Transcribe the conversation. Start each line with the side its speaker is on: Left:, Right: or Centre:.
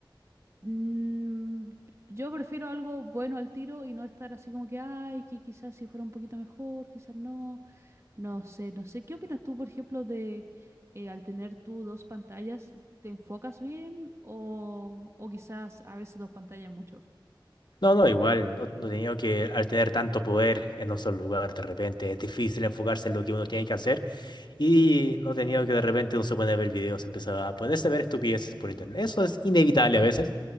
Right: mm, yo prefiero algo bueno al tiro y no estar así como que, ay, que quizás si fuera un poquito mejor, quizás no, no sé, no sé. ¿Qué opinas tú, por ejemplo, de eh, al tener tú dos pantallas, te enfocas bien o, o quizás a veces dos pantallas es mucho?
Left: No, no, igual, no, no tenía que, al tener tanto poder en un solo lugar, de repente es difícil enfocarse en lo que uno tiene que hacer y no tenía que de repente uno se pone a ver videos, empezaba a ponerse a ver estupideces por internet. Eso es inevitable a veces.